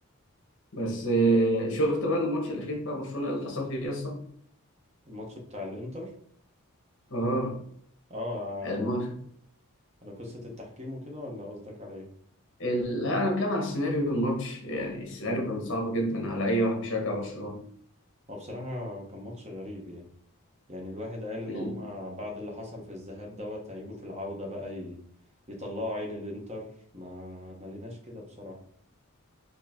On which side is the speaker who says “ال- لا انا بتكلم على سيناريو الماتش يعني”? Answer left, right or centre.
Left